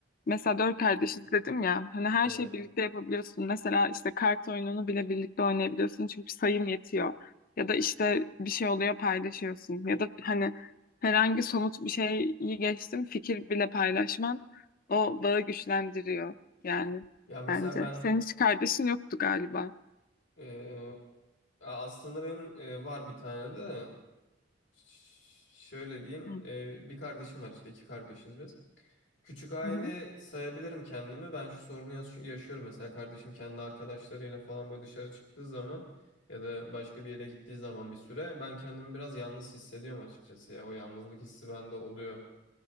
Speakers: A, on the left; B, on the left.
A: Mesela Dört Kardeşiz dedim ya hani her
B: Evet
A: şeyi birlikte yapabiliyorsun. Mesela işte kart oyununu bile birlikte oynayabiliyorsun çünkü sayım yetiyor. Ya da işte bir şey oluyor paylaşıyorsun. Ya da hani herhangi somut bir şeyi geçtim fikir bile paylaşman o bağı güçlendiriyor yani
B: ya mesela
A: bence.
B: ben
A: Senin hiç kardeşin yoktu galiba.
B: ee, Aslında benim e, var bir tane de Ş- şöyle diyeyim
A: Hı
B: e, bir kardeşim var işte iki kardeşiz biz. Küçük aile
A: hı.
B: sayabilirim kendimi. Ben şu sorunu yaş- yaşıyorum mesela kardeşim kendi arkadaşlarıyla falan böyle dışarı çıktığı zaman ya da başka bir yere gittiği zaman bir süre ben kendimi biraz yalnız hissediyorum açıkçası ya o yalnızlık hissi bende oluyor.